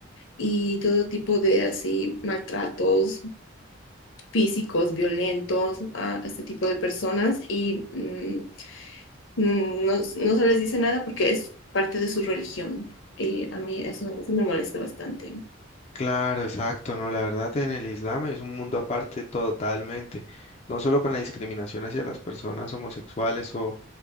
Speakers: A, on the left; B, on the left.
A: y todo tipo de así maltratos físicos violentos a este tipo de personas y mm, mm, no, no se les dice nada porque es parte de su religión. Y a mí eso, eso me molesta bastante.
B: Claro, exacto, no, la verdad en el Islam es un mundo aparte totalmente, no solo con la discriminación hacia las personas homosexuales o